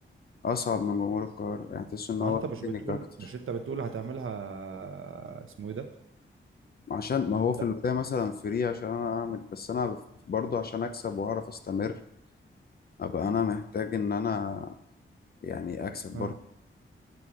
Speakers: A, on the left; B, on the right.
A: اصعب من جمهور القاهره يعني تحس ان
B: ما
A: هو
B: انت مش
A: تكنيك
B: بتقول
A: اكتر
B: مش انت بتقول هتعملها اسمه ايه ده
A: عشان ما هو في
B: لا.
A: البدايه مثلا فري عشان انا اعمل بس انا برضو عشان اكسب واعرف استمر ابقى انا محتاج ان انا يعني اكسب
B: آه.
A: برضو